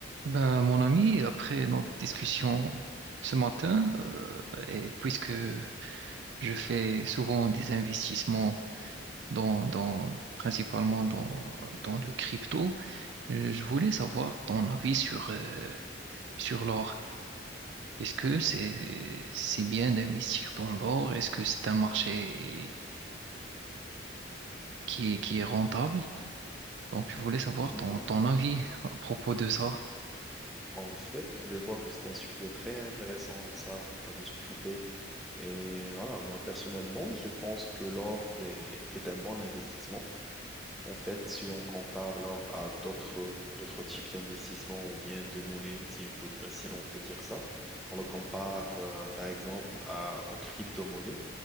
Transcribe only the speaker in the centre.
Mhm.
En fait, je vois que c'est un sujet très intéressant, ça, à discuter. Et voilà, moi, personnellement, je pense que l'or est, est un bon investissement. En fait, si on compare l'or à d'autres d'autres types d'investissements ou bien de monnaie, si on peut, si on peut dire ça, on le compare euh, par exemple à, aux crypto-monnaies